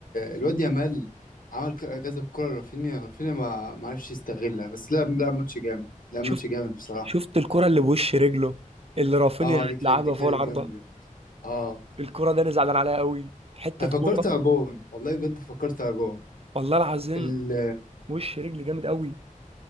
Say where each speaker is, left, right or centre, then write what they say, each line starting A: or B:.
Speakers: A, on the left; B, on the right.
A: الواد يامال عمل ك- كذا كرة رافينيا رافينيا ما ما عرفش يستغلها بس لا لا ماتش جامد لا
B: شفت
A: ماتش جامد بصراحة
B: شفت الكره اللي بوش رجله اللي رافينيا
A: اه دي كانت
B: لعبها
A: دي كانت
B: فوق العارضه
A: جامدة اه
B: الكره ده انا زعلان عليها قوي حته
A: أنا
B: كوره
A: فكرتها جون والله بجد فكرتها جون
B: والله العظيم
A: ال
B: وش رجلي جامد قوي